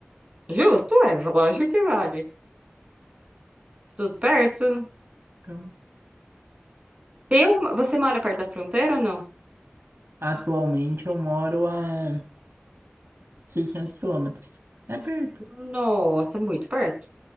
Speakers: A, on the right (about 30°); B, on the right (about 75°).
A: Justo, é, lógico que vale. Tudo perto.
B: Então,
A: Tem alguma... Você mora perto da fronteira ou não?
B: atualmente eu moro a 600 quilômetros. É perto.
A: Nossa, é muito perto.